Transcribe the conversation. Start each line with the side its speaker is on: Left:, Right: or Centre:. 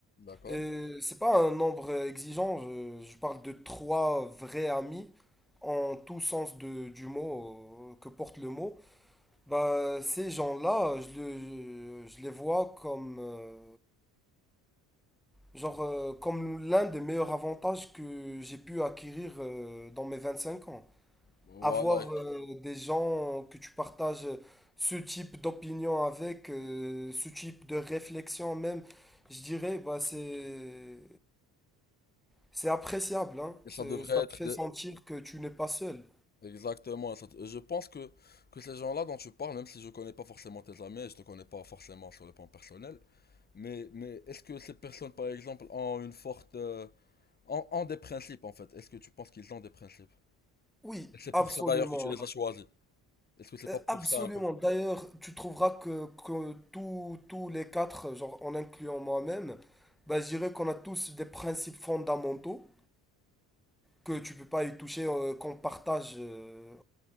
Left: D'accord.
Centre: Euh, c'est pas un nombre exigeant, je, je parle de trois vrais amis, en tout sens de- du mot, euh, que porte le mot. Bah, ces gens-là, je, le- je les vois comme, euh, genre, euh, comme l'un des meilleurs avantages que j'ai pu acquérir euh, dans mes 25 ans.
Left: Voilà,
Centre: Avoir euh, des gens que tu partages ce type d'opinion avec, euh, ce type de réflexion même, je dirais, bah, c'est C'est appréciable, hein.
Left: et ça
Centre: C'est-
Left: devrait
Centre: Ça
Left: être
Centre: te fait
Left: des-
Centre: sentir que tu n'es pas seul.
Left: exactement ça. Je pense que, que ces gens-là dont tu parles, même si je connais pas forcément tes amis, et je te connais pas forcément sur le plan personnel, mais, mais est-ce que ces personnes, par exemple, ont une forte... euh, ont, ont des principes, en fait? Est-ce que tu penses qu'ils ont des principes?
Centre: Oui,
Left: Et c'est
Centre: absolument.
Left: pour ça, d'ailleurs, que tu les as choisis. Est-ce que c'est
Centre: Euh,
Left: pas pour
Centre: Absolument.
Left: ça, un peu?
Centre: D'ailleurs, tu trouveras que, que tous, tous les quatre, genre en incluant moi-même, bah, je dirais qu'on a tous des principes fondamentaux que tu peux pas y toucher, euh, qu'on partage euh,